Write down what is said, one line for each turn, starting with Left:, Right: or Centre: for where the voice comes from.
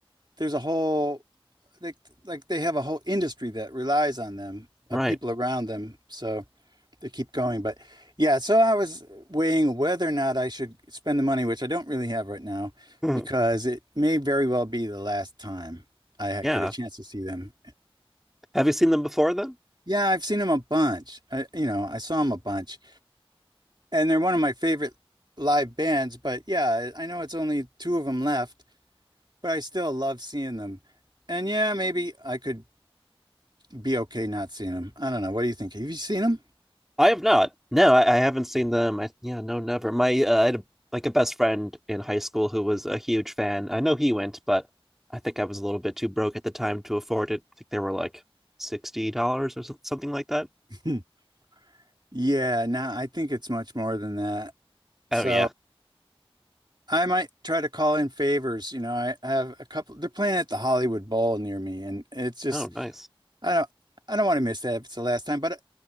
Right: there's a whole like like they have a whole industry that relies on them,
Centre: Right.
Right: of people around them. So to keep going. But yeah, so I was weighing whether or not I should spend the money, which I don't really have right now,
Centre: Mhm.
Right: because it may very well be the last time I ha-
Centre: Yeah.
Right: get a chance to see them.
Centre: Have you seen them before then?
Right: Yeah, I've seen them a bunch. I, you know, I saw them a bunch, and they're one of my favorite live bands. But yeah, I know it's only two of them left, but I still love seeing them. And yeah, maybe I could be okay not seeing them. I don't know. What do you think? Have you seen
Centre: I have not. No, I, I haven't seen them. I, yeah, no, never. My uh, I had a, like a best friend in high school who was a huge fan. I know he went, but I think I was a little bit too broke at the time to afford it. I think they were like sixty dollars or so- something like that.
Right: them? <laughs> Yeah, no, nah, I think it's much more than that.
Centre: Oh
Right: So
Centre: yeah.
Right: I might try to call in favors. You know, I, I have a couple. They're playing at the Hollywood Bowl near me, and it's just
Centre: Oh nice.
Right: I don't I don't want to miss that if it's the last time. But uh,